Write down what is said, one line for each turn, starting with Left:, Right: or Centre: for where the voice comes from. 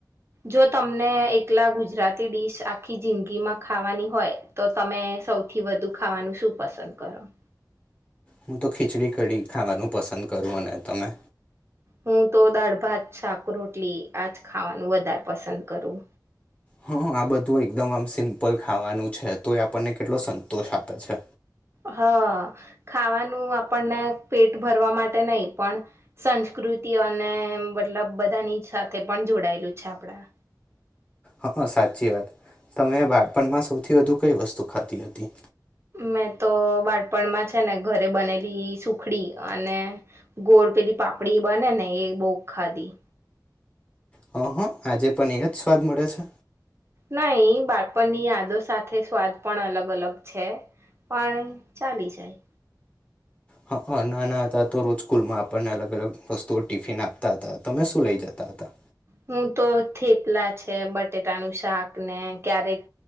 Right: જો તમને એકલા ગુજરાતી ડીશ આખી જિંદગીમાં ખાવાની હોય તો તમે સૌથી વધુ ખાવાનું શું પસંદ કરો
Left: હું તો ખીચડી કડીી ખાવાનું પસંદ કરું અને તમે
Right: હું તો દાળ ભાત શાક રોટલી આજ ખાવાનું વધારે પસંદ કરું
Left: હા આ બધું એકદમ આમ સિમ્પલ ખાવાનું છે તો એ આપણને કેટલો સંતોષ આપે છે
Right: હા ખાવાનું આપણને પેટ ભરવા માટે નહી પણ સંસ્કૃતિ અને મતલબ બધાની સાથે પણ જોડાયેલું છે આપડા
Left: હા સાચી વાત તમે બાળપણમાં સૌથી વધુ કઈ વસ્તુ ખાતી હતી
Right: મેં તો બાટપણમાં છે ને ઘરે બનેલી સુખડી અને ગોળ પેલી પાપડી બને ને એ બહુ ખાધી
Left: હ હ આજે પણ એ જ સ્વાદ મળે છે
Right: નઈ બાળપણની યાદો સાથે સ્વાદ પણ અલગ અલગ છે પણ ચાલી જાય
Left: હા હ નાના હતા તો રોજ સ્કૂલમાં આપણને અલગ અલગ વસ્તુઓ ટિફિન આપતા હતા તમે શું લઇ જતા હતા
Right: હું તો થેપલા છે બટેટાનું શાક ને ક્યારેક